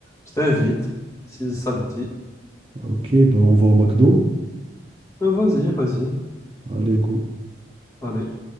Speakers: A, on the left; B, on the right.
A: je t'invite, si ça te dit.
B: Ok, ben, on va au McDo.
A: Euh, Vas-y, vas-y.
B: Allez, go.
A: Allez.